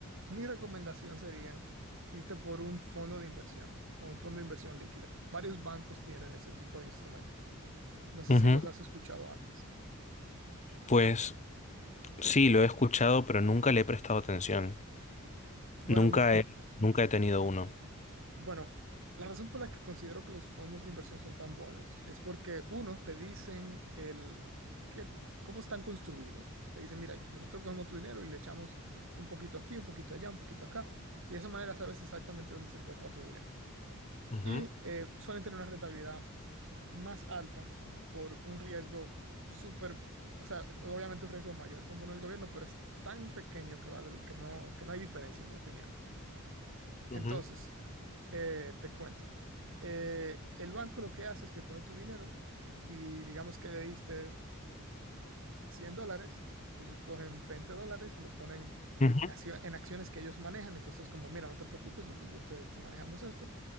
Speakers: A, on the right; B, on the left.
A: mi recomendación sería irte por un fondo de inversión o un fondo de inversión líquida. Varios bancos tienen ese tipo de instrumento. No sé
B: ujú,
A: si
B: ujú.
A: los has escuchado antes.
B: Pues sí, lo he escuchado, pero nunca le he prestado atención.
A: Bueno,
B: Nunca
A: mira,
B: he, nunca he tenido uno.
A: Bueno, la razón por la que considero que los fondos de inversión son tan buenos es porque, uno, te dicen el que, cómo están construidos. Te dicen, mira, nosotros cogemos tu dinero y le echamos un poquito aquí, un poquito allá, un poquito acá. Y de esa manera sabes exactamente dónde se encuentra tu dinero.
B: Ujú,
A: Y eh, suelen tener una rentabilidad más alta por un riesgo súper, o sea, es obviamente un riesgo mayor que un bono del gobierno, pero es tan pequeño que vale, que no, que no hay diferencia, en mi opinión. Entonces,
B: ujú,
A: eh, te cuento. Eh, el banco lo que hace es que coge tu dinero y digamos que le diste 100 dólares, ellos cogen 20 dólares y lo ponen
B: ujú.
A: en, accio- en acciones que ellos manejan. Entonces, como, mira, no te preocupes, nosotros te, te manejamos esto,